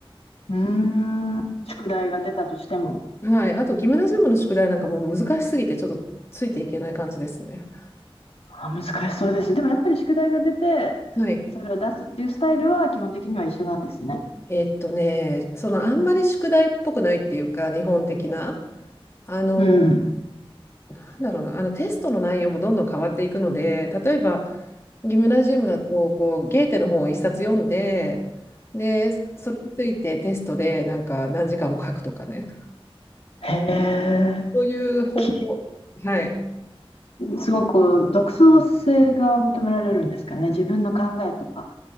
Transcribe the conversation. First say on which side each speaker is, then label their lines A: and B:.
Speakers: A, on the left; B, on the left.
A: うーん、宿題が出たとしても。
B: う。はい。あと、ギムナジウムの宿題なんかもう難しすぎて、ちょっとついていけない感じですね。
A: あ、難しそうです。でもやっぱり宿題が出て、
B: はい。
A: それを出すっていうスタイルは基本的には一緒なんですね。
B: えっとね、そのあんまり宿題っぽくないっていうか、日本的な、あの、
A: うん。
B: なんだろうな、あのテストの内容もどんどん変わっていくので、例えば、ギムナジウムだと、こう、ゲーテの本を一冊読んで、で、それについてテストでなんか何時間も書くとかね、
A: へえ、
B: そういう方向、
A: き、
B: はい。
A: うん、すごく独創性が求められるんですかね。自分の考えとか。